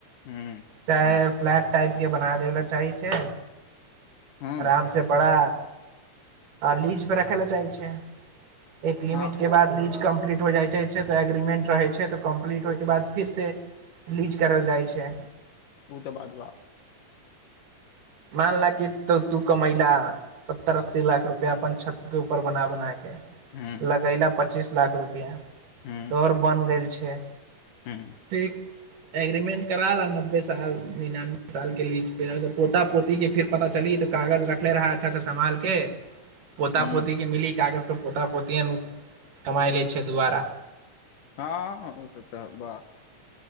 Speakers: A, on the left (about 80°); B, on the right (about 85°).
A: हुँ
B: चाहे फ्लैट टाइपके बना दै लए चाहै छै
A: हूँ
B: आराम से पड़ा आ लीज पड़ा खेल ला चाह छै एक लिमिट
A: हँ
B: के बाद नीज कम्पनी कम्पलीट हो जाइ छै तऽ एग्रीमेन्ट रहै छै तऽ कम्प्लीट होइके बाद फिर से लीज करल जाइ छै
A: ओ तऽ बाद बाह
B: मानला कि त तू कमैला सत्तर अस्सी लाख रुपआ अपन छत के ऊपर बना बनाय
A: हूँ
B: लगैला पर पच्चीस लाख रुपया
A: हूँ
B: तोहर बनि गेल छै छै
A: हूँ
B: ठीक एग्रीमेंट करा ला नब्बे साल निनानबे साल के लि इपर अग पोता पोतीके फेर पता चली तऽ कागज रखले रहै अच्छासँ सम्भालके पोता
A: हूँ
B: पोती के मिली कागज तऽ पोता पोतिए नहि कमाइ लै छै दुबारा
A: हँ ओसभ तऽ बाह